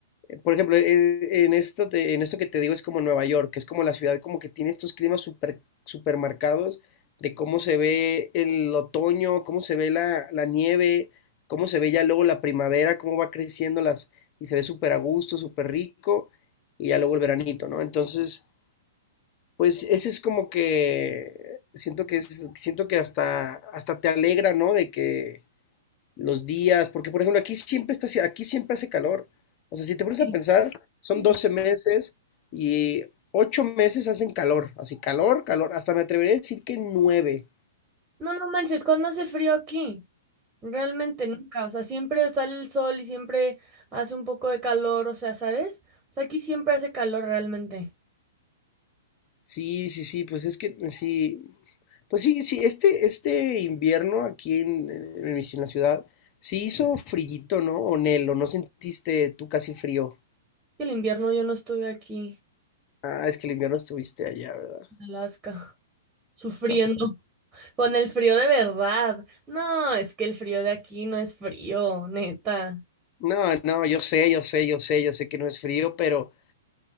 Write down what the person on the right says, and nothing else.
Sí,
sí,
sí.
No, no manches, ¿cuándo hace frío aquí? Realmente nunca, o sea, siempre sale el sol y siempre hace un poco de calor, o sea, ¿sabes? O sea, aquí siempre hace calor realmente.
El invierno yo no estuve aquí
en Alaska <laughs> sufriendo
con el frío de verdad. No, es que el frío de aquí no es frío, neta.